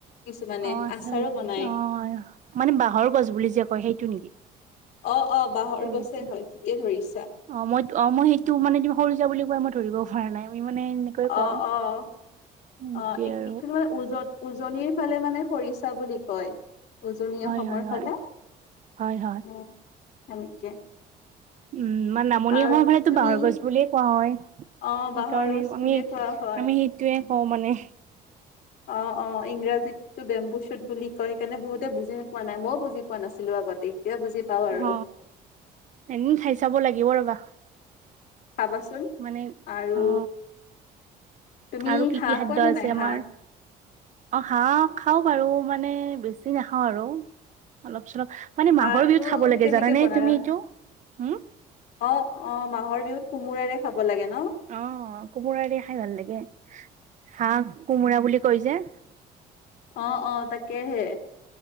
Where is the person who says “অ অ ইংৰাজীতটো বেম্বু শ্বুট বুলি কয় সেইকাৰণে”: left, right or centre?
Left